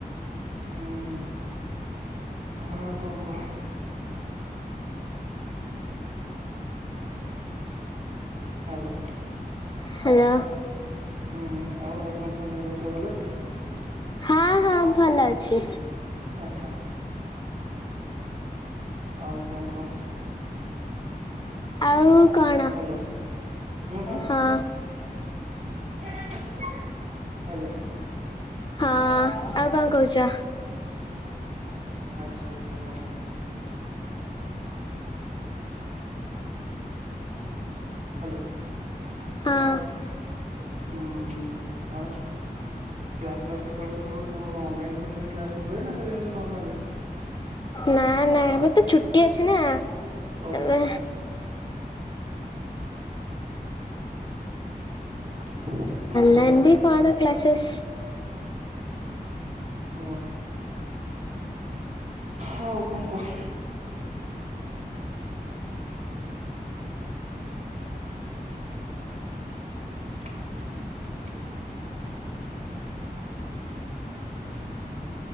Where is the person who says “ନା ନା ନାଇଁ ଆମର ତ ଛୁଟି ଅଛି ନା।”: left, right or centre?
Left